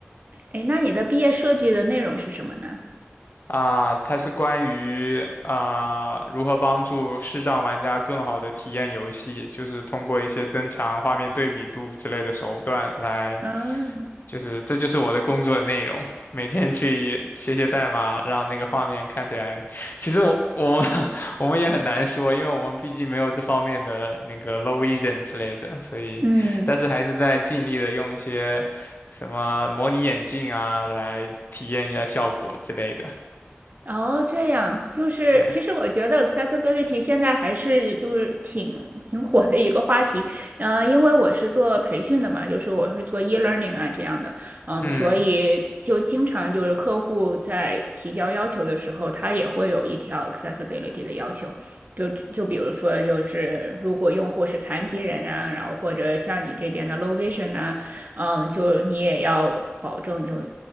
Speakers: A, on the right; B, on the left.
A: 哎，那你的毕业设计的内容是什么呢？
B: 啊，它是关于啊如何帮助视障玩家更好的体验游戏，就是通过一些增强画面对比度之类的手段来，
A: 啊，
B: 就是这就是我的工作内容，每天去写写代码，让那个画面看起来。其实我我们 <laughs> 我们也很难说，因为我们毕竟没有这方面的那个 low vision 之类的，所以但是还是在尽力的用一些什么模拟眼镜啊来体验一下效果之类的，
A: 嗯。哦，这样，就是其实我觉得
B: 对。
A: accessibility 现在还是就是挺挺火的一个话题，呃，因为我是做培训的嘛，就是我是做 e-learning 啊这样的，嗯，
B: 嗯，
A: 所以就经常就是客户在提交要求的时候，他也会有一条 accessibility 的要求，就就比如说就是如果用户是残疾人啊，然后或者像你这边的 low vision 啊，嗯，就你也要保证就